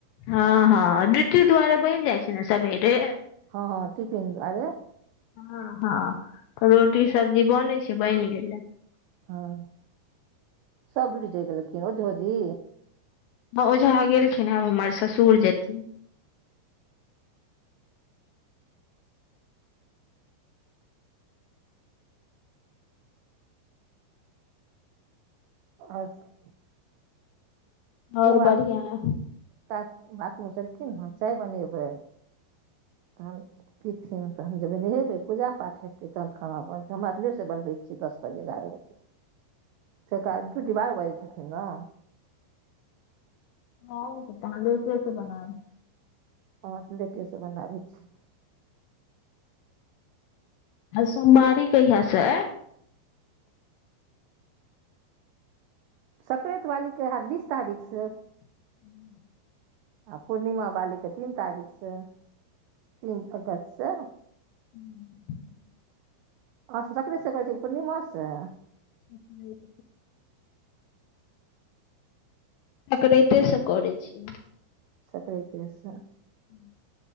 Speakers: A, on the left (about 80°); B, on the right (about 85°).
A: हँ हँ ड्युटी दुआरे बनि जाइ छै ने सवेरे
B: हँ हँ टिफिन दुआरे
A: हँ हँ तब रोटी सब्जी बनै छै बनि गेले
B: हँ सब डूटी चलि गेलखिन ओझोजी
A: हँ ओझा गेलखिन हं अब हमर ससुर जेथि
B: अच्छा
A: आओर
B: आब
A: बढ़िआ ह
B: कात बातमेचलखिन हँ चाय बनेबै तहन पीथिन तहन जेबै हेगे पूजा पाठ हेतै तहन खाना बनते हमरा आर के लेट सँ बनबै छियै दस बजे एगारह बजे
A: <unintelligible>
B: सेक ड्यूटी बारह बजै जेथिन ने
A: ह तहन‌ लेटेस बनाब
B: ह तऽ लेटेसँ बनाबै छी
A: सोमवारी कहिया से
B: सक्राइत वालीके हेत बीस तारीख से
A: हू
B: आ पूर्णिमा बालीके तीन तारीखसँ तीन अगस्तसँ
A: ह <unintelligible>
B: अ सक्रैत से करै छियै की पूर्णिमासँ
A: अप सक्रैते सँ करै छी
B: सकैत सँ
A: हू